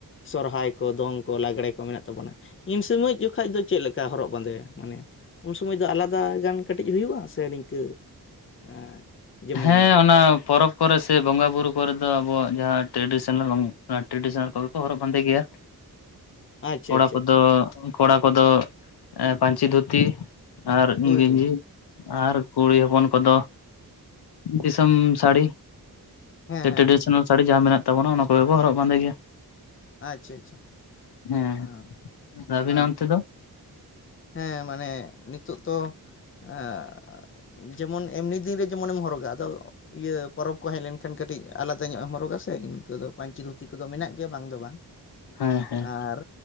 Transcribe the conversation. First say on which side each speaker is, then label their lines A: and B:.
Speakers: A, on the left; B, on the left.
A: ᱥᱚᱨᱦᱟᱭ ᱠᱚ ᱫᱚᱝ ᱠᱚ ᱞᱟᱜᱽᱲᱮ ᱠᱚ ᱢᱮᱱᱟᱜ ᱛᱟᱵᱚᱱᱟ ᱤᱱ ᱥᱚᱢᱚᱭ ᱡᱚᱠᱷᱟᱡ ᱫᱚ ᱪᱮᱫ ᱞᱮᱠᱟ ᱦᱚᱨᱚᱜ ᱵᱟᱸᱫᱮ ᱢᱟᱱᱮ ᱩᱱ ᱥᱚᱢᱚᱭ ᱫᱚ ᱟᱞᱟᱫᱟ ᱜᱟᱱ ᱠᱟᱹᱴᱤᱡ ᱦᱩᱭᱩᱜᱼᱟ ᱥᱮ ᱱᱤᱝᱠᱟᱹ ᱮᱸ ᱡᱮᱢᱚᱱ
B: ᱦᱮᱸ ᱚᱱᱟ ᱯᱚᱨᱚᱵᱽ ᱠᱚᱨᱮ ᱥᱮ ᱵᱚᱸᱜᱟ ᱵᱩᱨᱩ ᱠᱚᱨᱮ ᱫᱚ ᱟᱵᱚᱣᱟᱜ ᱡᱟᱦᱟᱸ ᱴᱨᱮᱰᱤᱥᱚᱱᱟᱞ ᱚᱱᱟ ᱴᱨᱮᱰᱤᱥᱚᱱᱟᱞ ᱠᱚᱜᱮ ᱠᱚ ᱦᱚᱨᱚᱜ ᱵᱟᱸᱫᱮ ᱜᱮᱭᱟ ᱾
A: <inaudible> ᱟᱪᱪᱷᱟ
B: ᱠᱚᱲᱟ
A: ᱟᱪᱪᱷᱟ
B: ᱠᱚ
A: ᱟᱪᱪᱷᱟ
B: ᱫᱚ ᱠᱚᱲᱟ ᱠᱚ ᱫᱚ ᱮᱸ ᱯᱟᱧᱪᱤ ᱫᱷᱩᱛᱤ ᱟᱨ
A: ᱦᱳᱭ
B: ᱜᱮᱱᱡᱤ
A: ᱦᱳᱭ
B: ᱟᱨ ᱠᱩᱲᱤ ᱦᱚᱯᱚᱱ ᱠᱚᱫᱚ ᱫᱤᱥᱚᱢ ᱥᱟᱲᱤ
A: ᱦᱮᱸ
B: ᱥᱮ
A: ᱦᱮᱸ
B: ᱴᱨᱮᱰᱤᱥᱚᱱᱟᱞ
A: ᱦᱮᱸ
B: ᱥᱟᱹᱲᱤ ᱡᱟᱦᱟ ᱢᱮᱱᱟᱜ ᱛᱟᱵᱚᱱᱟ ᱚᱱᱟ ᱠᱚ ᱜᱮ ᱠᱚ ᱦᱚᱨᱚᱜ ᱵᱟᱸᱫᱮ ᱜᱮᱭᱟ ᱾
A: ᱟᱪᱪᱷᱟ ᱟᱪᱪᱷᱟ
B: ᱦᱮᱸ
A: ᱟᱸ
B: ᱟᱨ ᱟᱵᱤᱱ
A: ᱟᱸ
B: ᱚᱱᱛᱮ ᱫᱚ
A: ᱦᱮᱸ ᱢᱟᱱᱮ ᱱᱤᱛᱳᱜ ᱛᱚ ᱮᱸ ᱡᱮᱢᱚᱱ ᱮᱢᱱᱤ ᱫᱤᱱ ᱨᱮ ᱡᱮᱢᱚᱱᱮᱢ ᱦᱚᱨᱚᱜᱟ ᱟᱫᱚ ᱤᱭᱟᱹ ᱯᱚᱨᱚᱵᱽ ᱠᱚ ᱦᱮᱡ ᱞᱮᱱᱠᱷᱟᱱ ᱠᱟᱹᱴᱤᱡ ᱟᱞᱟᱫᱟ ᱧᱚᱜ ᱮᱢ ᱦᱚᱨᱚᱜᱟ ᱥᱮ ᱤᱱᱠᱟᱹ ᱫᱚ ᱯᱟᱹᱧᱪᱤ ᱫᱷᱩᱛᱤ ᱠᱚᱫᱚ ᱢᱮᱱᱟᱜ ᱜᱮᱭᱟ ᱵᱟᱝ ᱫᱚ ᱵᱟᱝ᱾ ᱟᱨ
B: ᱦᱮᱸ ᱦᱮᱸ